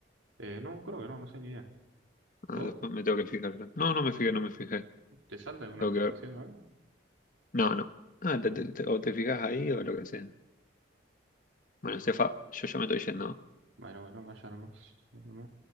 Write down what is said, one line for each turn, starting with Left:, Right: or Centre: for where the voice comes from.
Right: Eh, no, creo que no, no sé ni idea.
Left: Ah,
Right: ¿Vos?
Left: después me tengo que fijar. yo. No, no me fijé, no me fijé.
Right: ¿Te salta alguna
Left: Tengo
Right: notificación
Left: que ver.
Right: o algo?
Left: No, no. Ah, te-
Right: Ah,
Left: te- te- o te fijas ahí o lo que sea. Bueno, Estefa, yo ya me estoy yendo.
Right: bueno, bueno, vaya nomás. Nos vemos.